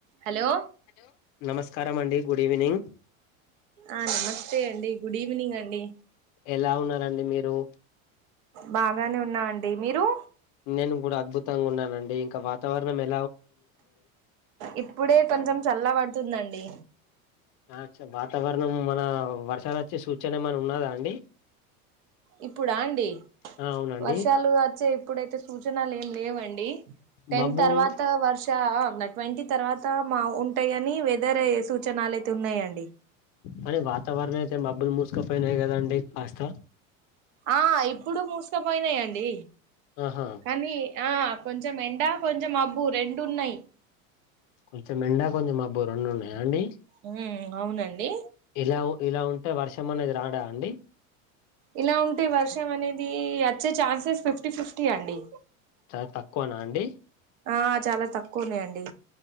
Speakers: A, on the right; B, on the left.
A: Hello
B: hello నమస్కారం అండి good evening
A: ఆ నమస్తే అండి గుడీవ్నీంగ్ అండి
B: ఎలా ఉన్నారండి మీరు
A: బాగానే ఉన్నా అండి మీరు
B: నేను గూడా అద్భుతంగా ఉన్నానండి ఇంకా వాతావరణం ఎ
A: ఇప్పుడే కొంచెం చల్ల బడుతుందండి
B: ఆ చ వాతావరణం మన వర్షాలొచ్చె సూచన ఏమైన ఉన్నాదా అండి
A: ఇప్పుడా అండి
B: ఆ అవునండి
A: వర్షాలు అచ్చే ఇప్పుడైతే సూచనలు ఏం లేవండి టెన్
B: మబ్బు
A: తర్వాత
B: ఉన్
A: వర్షా ఆ ట్వంటీ తర్వాత మా ఉంటాయ్ గని వెదరయ్యె సూచనలైతే అయితే ఉన్నాయండి
B: కని వాతావరణ అయితే మబ్బులు మూసుకపోయినాయి గదా అండి కాస్త
A: ఆ ఇప్పుడు మూసుకపోయినాయండి
B: ఆహా
A: కానీ ఆ కొంచెం ఎండ కొంచెం మబ్బు రెండున్నాయి
B: కొంచెం ఎండా కొంచెం మబ్బు రొండు ఉన్నాయా అండి
A: ఉమ్ అవునండి
B: ఇలా ఇలా ఉంటే వర్షం అనేది రాడా అండి
A: ఇలా ఉంటే వర్షం అనేది అచ్చే ఛాన్సెస్ ఫిఫ్టీ ఫిఫ్టీ అండి
B: చాలా తక్కువనా అండి
A: ఆ చాలా తక్కువున్నాయండి